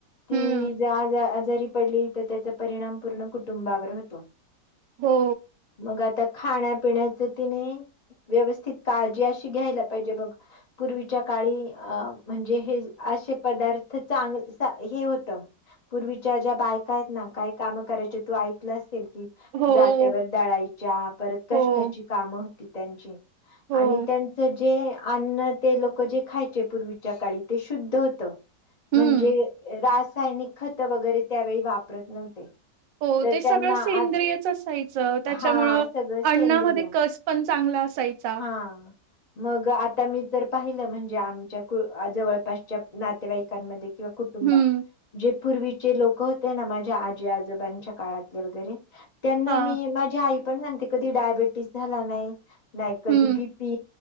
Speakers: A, on the left; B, on the right.
A: ती
B: हम्म,
A: आजारी पडली तर त्याचा परिणाम पूर्ण कुटुंबावर होतो
B: हो
A: मग आता खाण्यापिण्याच ति नाही व्यवस्थित काळजी अशी घ्यायला पाहिजे बग पूर्वीच्या काळी अ म्हणजे हे असे पदार्थ चांग हे होत पूर्वीच्या ज्या बायका आहेत ना काय काम करायचे तू ऐकलं असेल कि
B: हो,
A: जात्यावर दळायच्या परत कष्टाची
B: हो,
A: कामं होती त्यांची
B: हो,
A: आणि त्यांच जे अन्न ते लोक जे खायचे पूर्वीच्या काळी ते शुद्ध होत म्हणजे
B: हम्म,
A: रासायनिक खतं वगैरे त्यावेळी वापरत नव्हते
B: हो
A: तर
B: ते सगळं
A: त्यांना
B: सेंद्रियच
A: आज
B: असायचं त्याच्यामुळं
A: हा सगळं सेंद्रिय
B: अण्णामध्ये कस पण चांगलं ला असयचा
A: हां. मग आता मी जर पाहिलं म्हणजे आमच्या जवळपासच्या नातेवाईकांमध्ये किंवा कुटुंबात
B: हम्म,
A: जे पूर्वीचे लोक होते ना माझ्या आजी आजोबांच्या काळातले वगैरे त्यांना
B: हां,
A: मी माझी आई पण सांगते कधी डायबेटीस झाला नाही नाही कधी
B: हम्म,
A: बी पी